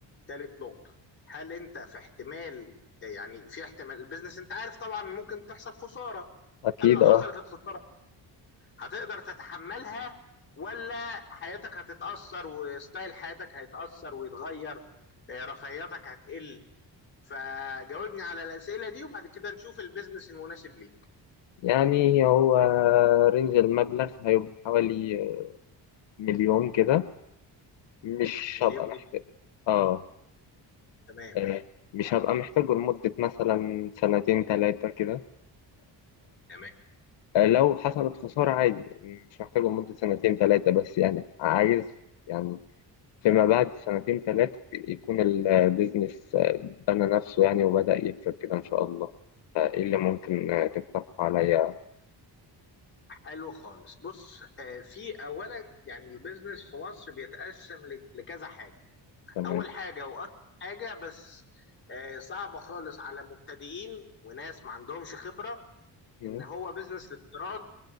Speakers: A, on the left; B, on the left.
A: تالت نقطه هل انت في احتمال يعني في احتمال البيزنس انت عارف طبعا ممكن تحصل خساره
B: اكيد
A: هل لو حصلت
B: اه
A: الخساره هتقدر تتحملها ولا حياتك هتتاثر وستايل حياتك هيتاثر ويتغير آه، رفاهياتك هتقل فجاوبني على الاسئله دي وبعد كده نشوف البيزنس المناسب ليك
B: يعني هو رينج المبلغ هيبقى حوالي آه، مليون كده مش
A: مليون
B: هبقى محتاج
A: جنيه
B: اه
A: تمام
B: آه، مش هبقى محتاجه لمدة مثلا سنتين تلاتة كده
A: تمام
B: آه، لو حصلت خسارة عادي مش محتاجه لمدة سنتين تلاتة بس يعني عايز يعني فيما بعد سنتين ثلاثة يكون البيزنس بنى نفسه يعني وبدأ يكسب كده إن شاء الله إيه اللي ممكن آه، تقترح عليا
A: حلو خالص بص آه، في اولا يعني البيزنس في مصر بيتقسم ل- لكذا حاجه
B: تمام
A: اول حاجه واكتر حاجه بس آه، صعبه خالص على مبتدئين وناس ما عندهمش خبره
B: مم.
A: ان هو بيزنس الاستيراد